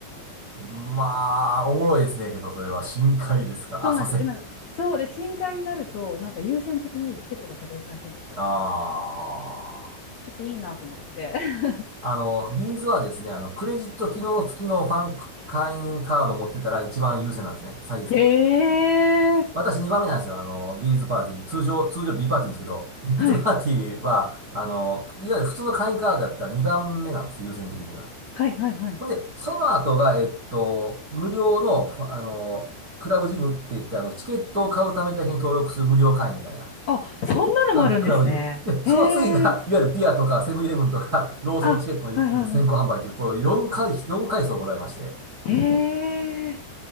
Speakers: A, on the right; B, on the left.
A: まあ、おもろいですね、けど、それは深海ですか浅瀬。
B: そうなんですよ。で、なんか、そうで、深海になると、なんか優先的にチケットが取れるらしいんですよ。
A: ああ。
B: ちょっといいなと思って。<laughs>
A: あの、ビーズはですね、あの、クレジット機能付きのファンク会員カード持ってたら一番優先なんですね。最優先。
B: へえ。
A: 私2番目なんですよ。あの、ビーズパーティー。通常、通常 B パーティーですけど、ビーズパーティーは、
B: はい。
A: あの、いわゆる普通の会員カードだったら2番目なんです。優先的には。
B: はい、はい、はい。
A: ほんで、その後が、えっと、無料の、ふあの、クラブジムって言って、あの、チケットを買うためだけに登録する無料会員みたいな。
B: あ、そんなのもあるんですね。
A: あるんです、クラブジム。で、その次が、
B: へえ。
A: いわゆるピアとか、セブンイレブンとか、<laughs> ローソンチケットのあの先行販売という、
B: あ、はい、はい、は
A: こう4回、4階層ございまして。
B: い。へえ。